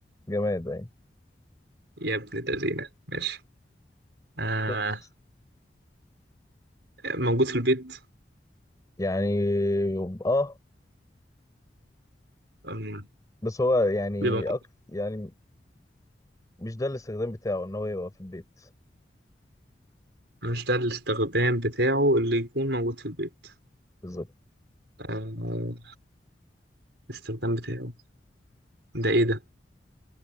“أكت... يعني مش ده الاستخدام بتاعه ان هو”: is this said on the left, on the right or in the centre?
Left